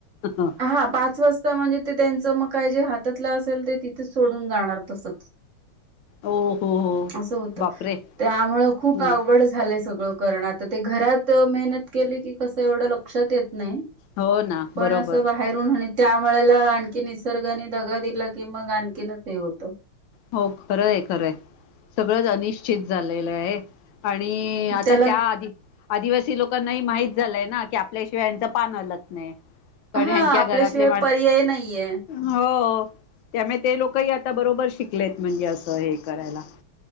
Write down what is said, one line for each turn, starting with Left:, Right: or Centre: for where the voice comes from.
Left: हो
Right: हा पाच वाजता म्हणजे ते त्यांच मग काय जे हातातलं असेल ते तिथे सोडून जाणार तसच.
Left: हो हो
Right: अस होत
Left: बापरे
Right: त्यामुळं खूप
Left: ह
Right: अवघड झालंय सगळं. कारण आता ते घरात मेहनत केली की कसं एवढं लक्षात येत नाही.
Left: हो ना
Right: पण
Left: बरोबर.
Right: असं बाहेरून त्यामुळेला आणखी निसर्गाने दगा दिला की मग आणखीनच हे होतं.
Left: हो खरंय खरंय सगळंच अनिश्चित झालेलं आहे. आणि आता
Right: त्याला
Left: त्या आधी आदिवासी लोकांनाही माहित झालंय ना की आपल्याशिवाय यांच पान हलत नाही. कारण्
Right: हा
Left: यांच्या
Right: आपल्याशिवाय
Left: घरातले माणस,
Right: पर्याय नाहीये
Left: हो. त्यामुळे ते लोकही आता बरोबर शिकलेत म्हणजे असं, हे करायला.